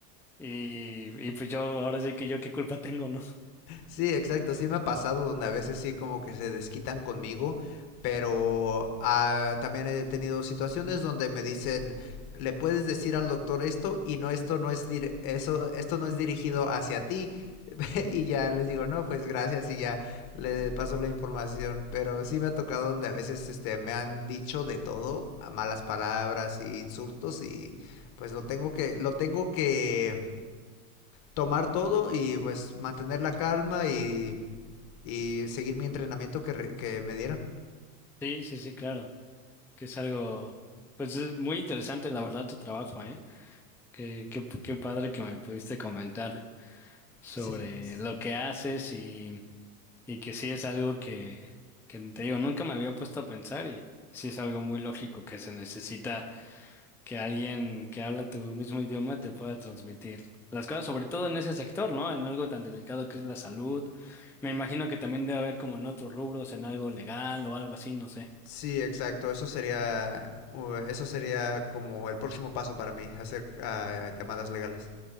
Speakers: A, in the centre; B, on the left.
A: Y, y pues yo, ahora sí que yo qué culpa tengo, ¿no? <laughs>
B: Sí, exacto, sí me ha pasado donde a veces sí como que se desquitan conmigo, pero ah, también he tenido situaciones donde me dicen, le puedes decir al doctor esto y no esto no es dir- eso esto no es dirigido hacia ti <laughs> y ya les digo, no, pues gracias y ya le paso la información, pero sí me ha tocado donde a veces este me han dicho de todo, a malas palabras y insultos y pues lo tengo que lo tengo que tomar todo y pues mantener la calma y y seguir mi entrenamiento que, re- que me dieron.
A: Sí, sí, sí, claro, que es algo, pues es muy interesante, la verdad, tu trabajo, ¿eh? Qué, qué, qué padre que me pudiste comentar sobre
B: Sí, sí.
A: lo que haces y, y que sí es algo que, que te digo, nunca me había puesto a pensar y sí es algo muy lógico que se necesita que alguien que habla tu mismo idioma te pueda transmitir las cosas, sobre todo en ese sector, ¿no? En algo tan delicado que es la salud. Me imagino que también debe haber como en otros rubros, en algo legal o algo así, no sé.
B: Sí, exacto. Eso sería, uh, eso sería como el próximo paso para mí, hacer ah, llamadas legales.